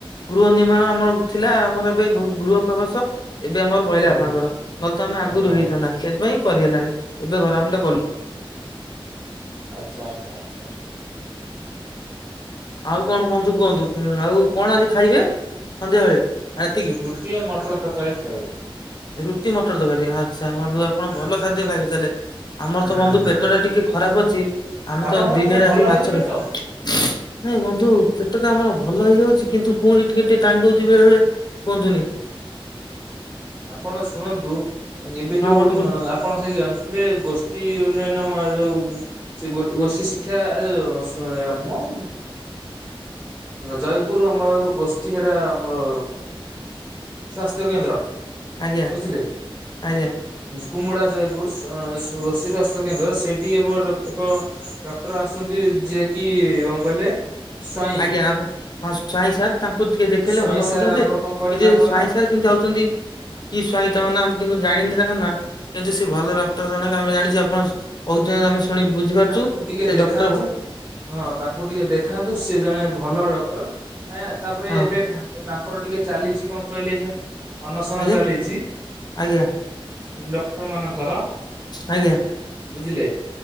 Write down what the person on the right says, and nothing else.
ଆଜ୍ଞା
ଆଜ୍ଞା
ଆଜ୍ଞା
ଆଚ୍ଛା ଆଚ୍ଛା ଆଚ୍ଛା।
ରୁଟି ଆଉ ମଟର ତରକାରୀ ଖାଇବେ
ଆଚ୍ଛା
ହୁଁ
ଆପଣ
କଣ
କଣ ଭଲ
ହେଇନି
ପେଟ
ଆପଣ ଶୁଣନ୍ତୁ ଏବେ
ଯୋଉ
ମା
ସେ ମାନେ ସବୁ ଜାଣିଥିବେ ଗୋଷ୍ଠୀ ଉନ୍ନୟନ ଆଉ ଆଉ। ସେ ଗୋ ଗୋଷ୍ଠୀ ଶିକ୍ଷା ୟେ ମ। ଜୟପୁର ଆମର ଗୋଷ୍ଠୀ ସେଟା ଆମର। ସ୍ୱ ସ୍ଥ୍ୟ କେନ୍ଦ୍ର
ବୁଝିଲେ।
କୁମୁଡା ଜୟପୁର ଗୋଷ୍ଠୀ ସ୍ୱାସ୍ଥ୍ୟ କେନ୍ଦ୍ର ସେଇଠି ଏବ ଏକ। ଡକ୍ଟର ଆସଛନ୍ତି ଯିଏକି କଣ କହିଲେ। ସ୍ଵାଇଁ
ସ୍ଵାଇଁ
ସାର୍
ଆମର
କଣ କହିଲେ ତାଙ୍କ
ନା
ତାଙ୍କୁ ଟିକେ
ଦେଖାନ୍ତୁ
ହଁ ତାଙ୍କୁ ଟିକେ ଦେଖାନ୍ତୁ ସିଏ ଜଣେ ଭଲ ଡକ୍ଟର୍ କାଁ ତାପରେ
ଏବେ ତାଙ୍କର ଟିକେ ଚାଲିଛି କଣ କହିଲେ ସେ ଅନଶନ
ଚାଲିଛି
ଡକ୍ଟର ମାନଙ୍କର।
ବୁଝିଲେ